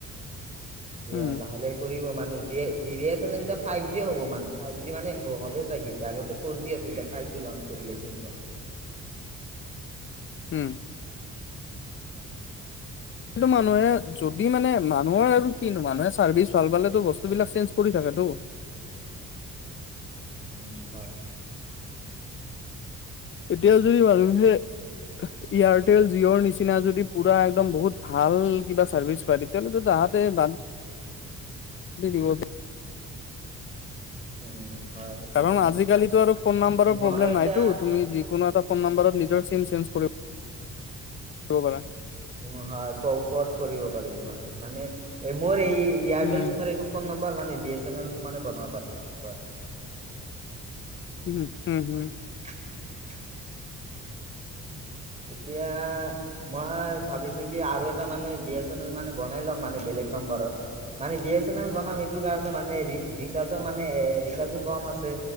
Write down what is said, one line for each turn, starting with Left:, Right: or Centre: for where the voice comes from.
Right: এয়া
Left: উম
Right: লাহে লাহে কৰিব মানে ভি ভ এছ এনেল এতিয়া ফাইভ জিয় হ'ব মানে ফাইভ জি মানে হ'লেই থাগে এতিয়া আগতো ফ জি আছিল ফাইভ জি লঞ্চ কৰিলেিম
Left: উম কিন্তু মানুহে যদি মানে মানুহৰ আৰু কিনো মানুহে চাৰ্ভিচ ভাল পালো বস্তু বিলাক চেঞ্জ কৰি থাক ো
Right: উ নহ
Left: এতিয়াও যদি ভাবো যে এয়াৰটেল জিঅ'ৰ নিচিনা যদি পুৰা একদম বহুত ভাল কিবা চাৰ্ভিচ পায় <unintelligible> <unintelligible>
Right: উম হয় সেইটো
Left: কাৰণ
Right: হয়
Left: আজিকালিটো আৰু ফোন নাম্বাৰৰ
Right: মই
Left: প্ৰব্লেম
Right: এতিয়া
Left: নাইতো। তুমি যিকোনো এটা ফোন নম্বৰত নিজৰ চিম চেঞ্জ পৰা।
Right: উ হয় প-পত কৰিব পাৰি হয়। মানে এই মোৰ এই এয়াৰটেল
Left: উম
Right: চিমৰ এইটো ফোন নাম্বাৰ মানে বি এছ এন এলটো মানে বনাব পাৰিম এনেকুৱা।
Left: উম হুম।
Right: <unintelligible> এতিয়া মই ভাবিছো কি আৰু এটা মানে বি এছ এন এল মানে বনাই মানে বেলেগ নম্বৰত। মানে বি এছ এন এল বনাম এইটোৰ কাৰণে মানে ৰিচাৰ্জৰ মানে এ ৰিচাৰ্জো কম আছে।